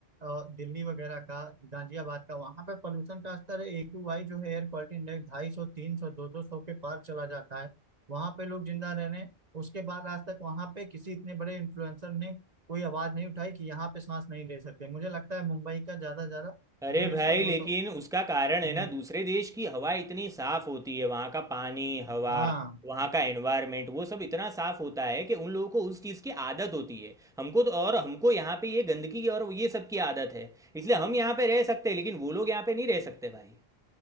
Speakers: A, on the right; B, in the centre.
A: और दिल्ली वगैरह का गाजियाबाद का वहाँ पे पोल्यूशन का स्तर है एक्यूआई जो है एयर क्वालिटी इंडेक्स ढाई सौ तीन सौ दो दो सौ के पार चला जाता है वहाँ पे लोग जिंदा रह रहे हैं उसके बाद आज तक वहाँ पे किसी इतने बड़े इन्फ्लुएंसर ने कोई आवाज नहीं उठाई कि यहाँ पे सांस नहीं ले सकते मुझे लगता है मुंबई का ज्यादा ज्यादा
B: अरे
A: डेढ़
B: भाई
A: सौ दो
B: लेकिन
A: सौ
B: उसका कारण है
A: हम्म
B: ना दूसरे देश की हवा इतनी साफ होती है वहाँ का पानी हवा
A: हाँ
B: वहाँ का एनवायरनमेंट वो सब इतना साफ होता है कि उन लोगों को उस चीज़ की आदत होती है हमको तो और हमको यहाँ पे ये गंदगी और ये सब की आदत है इसलिए हम यहाँ पे रह सकते हैं लेकिन वो लोग यहाँ पे नहीं रह सकते भाई